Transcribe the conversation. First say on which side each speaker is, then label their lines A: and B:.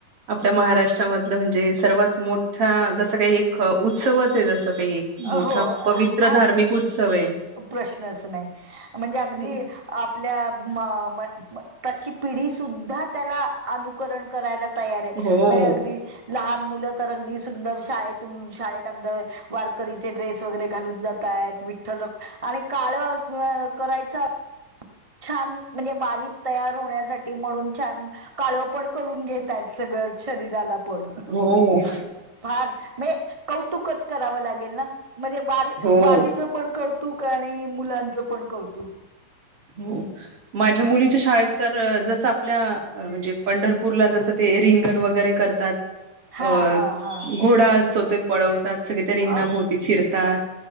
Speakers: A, on the right; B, on the right.
A: आपल्या महाराष्ट्रामधल म्हणजे सर्वात मोठा जस काही ख उत्सवच आहे जस काही मोठा
B: हो आ
A: पवित्र
B: आ-
A: धार्मिक उत्सव आहे.
B: प्रश्नच नाही म्हणजे अगदी
A: हो.
B: आपल्या म म म त्याची पिढी सुद्धा त्याला अनु करण करायला तयार आहे
A: हो.
B: म अगदी लहान मुल तर अगदी सुंदर शाळेतून शाळेत अगदी वारकरी ड्रेस वगैरे घालून जातायेत विठ्ठल रुक आणि काळ अस करायच छान म्हणजे बारीक तयार होण्यासाठी म्हणून छान काळ पण करून घेतायेत सगळ शरीराला पण
A: हो.
B: फार म कौतुकच कराव लागेल ना म्हणजे वारी
A: हो.
B: वारीच पण कौ तुक आणि मुलांच पण कौतुक.
A: हो, माझ्या मुलीच्या शाळेत तर जस आपल्या अ म्हणजे पंढरपूरला जस ते रिंगण वगैरे करतात
B: हा
A: अ
B: हा हा
A: घोडा असतो ते पळवतात सगळी त्या रिंगणाभोवती
B: अ
A: फिरतात